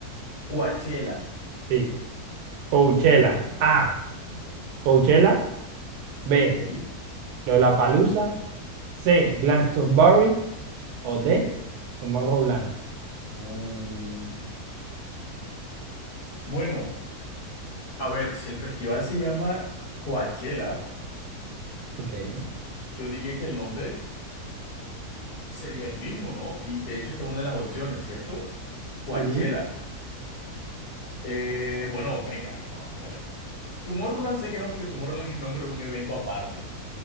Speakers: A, on the left (about 90°); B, on the right (about 80°).
A: Coachella.
B: Sí. Coachella.
A: Uy,
B: A.
A: mi loco.
B: Coachella. B.
A: Ok,
B: Lollapalooza. C. Glastonbury. O
A: ok.
B: D. Tomorrowland.
A: Uh. Bueno, a ver, si el festival se llama Coachella,
B: Ok.
A: yo diría que el nombre sería el mismo, ¿no? Y de hecho, esta es una de las opciones, ¿cierto? Coachella.
B: Sí.
A: Eh, bueno, venga. o sea, Tomorrowland sé que no, porque Tomorrowland es el nombre de un evento aparte.